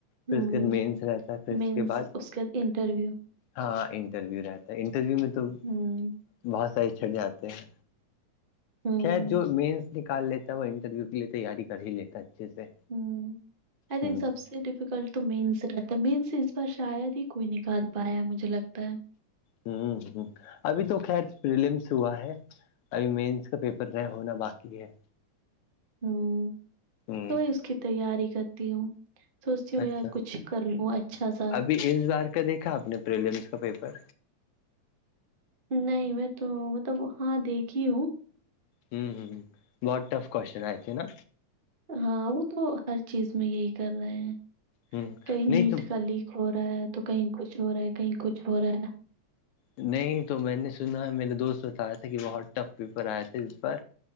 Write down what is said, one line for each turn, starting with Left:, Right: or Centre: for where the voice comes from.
Left: پھر
Right: ہوں
Left: اس کے بعد مینس رہتا ہے پھر
Right: مینس
Left: اس کے بعد
Right: اس کے انٹرویو
Left: ہاں انٹرویو رہتا ہے انٹرویو میں تو
Right: ہوں
Left: بہت سارے چھٹ جاتے ہیں
Right: ہوں
Left: خیر جو مینس نکال لیتا ہے وہ انٹرویو کے لیے تیاری کر ہی لیتا ہے اچھے سے
Right: ہ آئی تھنک
Left: ہ
Right: سب سے ڈفکلٹ تو مینس رہتا ہے مینس اس بار شاید ہی کوئی نکال پایا ہے مجھے لگتا ہے
Left: ہ ابھی تو خیر رلمس ہوا ہے ابھی مینس کا پیپر رہ ہونا باقی ہے
Right: ہوں
Left: ہوں
Right: تو اس کی تیاری کرتی ہوں سوچتی ہوں
Left: اچھا
Right: میں یار کچھ کر لوں اچھا سا
Left: ابھی اس بار کا دیکھا آپ نے پرلیمس کا پیپر
Right: نہیں میں تو مطلب وہاں دیکھھی ہوں
Left: ہوں ہ بہت ف کوشن آئے تھے نا
Right: ہاں وہ تو ہر چیز میں یہی کر رہے ہیں
Left: ہ
Right: کہئی
Left: نہیں
Right: نیٹ
Left: تو
Right: کا لیک ہو رہا ہے تو کہیں کچھ ہو رہا ہے کہیں کچھ ہو رہا ہے
Left: نہیں تو میں نے سنا ہے میرے دوست بتایا تھے کہ بہت ٹف پیپر آئے تھے اس پر